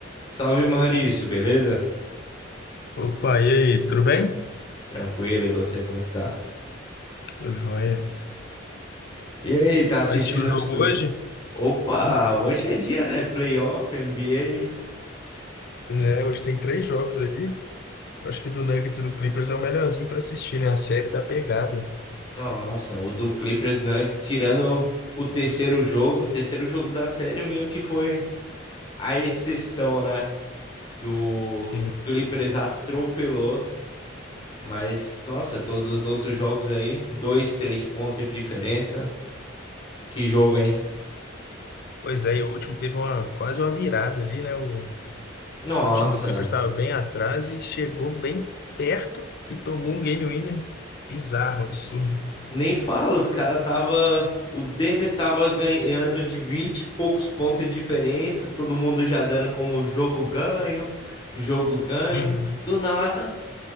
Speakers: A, on the left; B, on the left.
A: Salve Maurício, beleza?
B: Opa, e aí, tudo bem?
A: Tranquilo, e você, como é que tá?
B: Tudo jóia.
A: E aí, tá assistindo
B: Vai assistir o jogo
A: os play...
B: hoje?
A: Opa,
B: Hum.
A: hoje é dia, né? Playoff, NBA.
B: É, hoje tem três jogos aí. Acho que do Nuggets e do Clippers é o melhorzinho para assistir, né? A série da pegada.
A: Nossa, o do Clippers, né? Tirando o terceiro jogo, o terceiro jogo da série meio que foi a exceção, né? Que o
B: Sim.
A: Clippers atropelou, mas nossa, todos os outros jogos aí, dois, três pontos de diferença. Que jogo, hein?
B: Pois é, e o último teve uma, quase uma virada ali, né? O,
A: Nossa,
B: o time do Clippers estava bem atrás e chegou bem perto e tomou um game winner bizarro, absurdo.
A: Nem falo, os caras tava. O Denver tava ganhando de 20 e poucos pontos de diferença, todo mundo já dando como jogo ganho, jogo ganho.
B: Uhum.
A: Do nada,